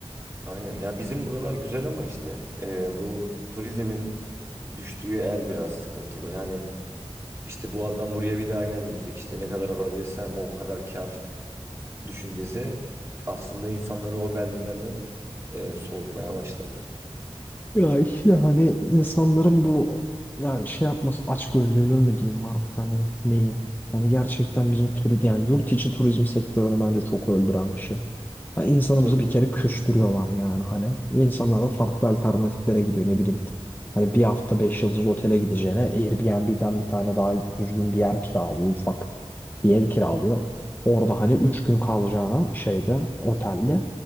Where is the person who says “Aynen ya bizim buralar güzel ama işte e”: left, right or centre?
Right